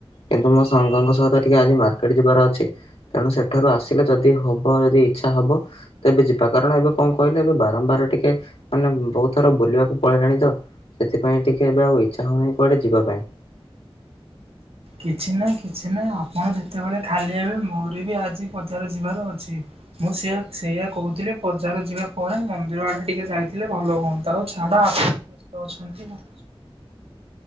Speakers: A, on the left; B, on the right.
A: କିନ୍ତୁ ମୋ ସାଙ୍ଗଙ୍କ ସହିତ ଟିକେ ଆଜି ମାର୍କେଟ ଯିବାର ଅଛି। ତେଣୁ ସେଠାରୁ ଆସିଲେ ଯଦି ହବ ଯଦି- ଇଚ୍ଛା ହବ ତ ଏବେ ଯିବା। କାରଣ ଏବେ କଣ କହିଲେ ଏବେ ବାରମ୍ବାର ଟିକେ ମାନେ ବହୁତ ଥର ବୁଲିବାକୁ ପଳେଇ ତ ସେଥିପାଇଁ ଟିକେ ଏବେ ଆଉ ଇଚ୍ଛା ହଉନି କୁଆଡେ ଯିବା ପାଇଁ।
B: କିଛି ନାହିଁ କିଛି ନାହିଁ ଆପଣ ଯେତେବେଳେ ଖାଲି ହେବେ ମୋର ବି ଆଜି ବଜାର ଯିବାର ଅଛି। ମୁଁ ସେଇଆ ସେଇଆା କହୁଥିଲି ବଜାର ଯିବା ପରେ ମନ୍ଦିର ଆଡ଼େ ଟିକେ ଯାଇଥିଲେ ଭଲ ହୁଅନ୍ତା। ଆଉ ଛାଡ଼ ବ୍ୟସ୍ତ ଅଛନ୍ତି ନା
A: ହ <unintelligible>